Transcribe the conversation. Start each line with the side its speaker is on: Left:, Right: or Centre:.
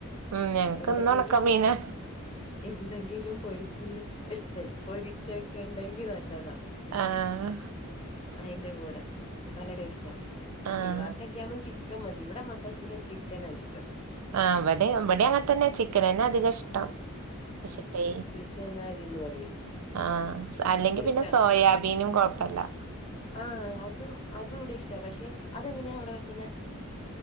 Right: ഉം ഞങ്ങക്ക്
Left: എന്തെങ്കിലും
Right: ഇന്ന് ഉണക്കമീനാ
Left: എന്തെങ്കിലും പൊരി ക്കലും പൊരിച്ചൊക്കെണ്ടെങ്കി നല്ലതാ
Right: ആഹ്
Left: അയ്ന്റെ കൂടെ നല്ല ടേസ്റ്റാ
Right: ആഹ്
Left: പിള്ളേർക്കൊക്കെ ആവുമ്പ ചി ചിക്കൻ മതി ഇവിടെ മക്കക്കൊക്കെ ചിക്കനാ ഇഷ്ടം
Right: ആഹ് അവിടെ ഇവിടെ അങ്ങനെ തന്നെ ചിക്കന് തന്നെ അധികം ഇഷ്ടം പക്ഷേ ടേ
Left: ചനാരി എന്ന് പറയും
Right: ആഹ് അല്ലെങ്കി
Left: ഭയങ്കര
Right: പിന്നെ
Left: ഇഷ്ടാ
Right: സോയാബീനും കൊഴപ്പല്ല്യ
Left: ആഹ് അതും അതും കൂടെ ഇഷ്ട പക്ഷേ അതെങ്ങനെയാ അവിടെ വെക്കുന്ന